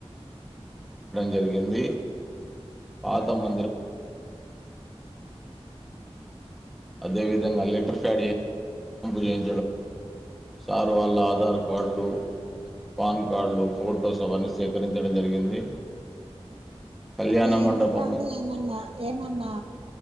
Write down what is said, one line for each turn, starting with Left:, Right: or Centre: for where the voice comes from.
Centre: జరిగింది పాత మ అవై అయిటా చేయి సారు వాళ్ళ ఆధార్ కార్డులు పాన్ కార్డులు ఫొటోస్ అవన్నీ సేకరించడం జరిగింది కళ్యాణ
Right: అంటే
Centre: మండపము
Right: ఎందుకంే ఏమన్నా ఏమన్నా